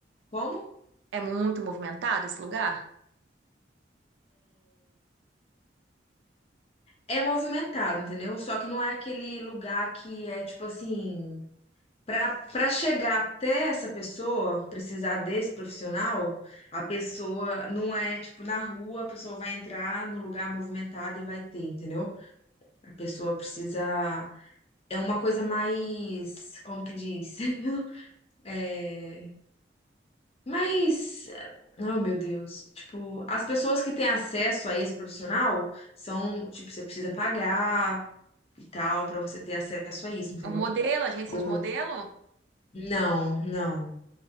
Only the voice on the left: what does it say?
Como?
É movimentado, entendeu? Só que não é aquele lugar que é tipo assim. para para chegar até essa pessoa, precisar desse profissional, a pessoa não é tipo na rua, a pessoa vai entrar no lugar movimentado e vai ter, entendeu? A pessoa precisa. É uma coisa mais. Como que diz? <laughs> É, Mas, oh meu Deus, tipo, as pessoas que têm acesso a esse profissional são, tipo, você precisa pagar e tal pra você ter acesso a isso, entendeu?
Tipo,
não, não.